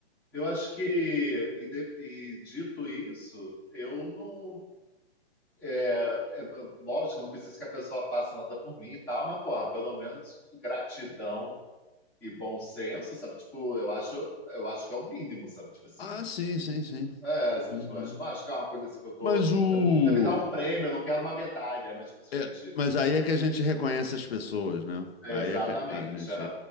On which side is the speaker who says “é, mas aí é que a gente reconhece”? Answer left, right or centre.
Left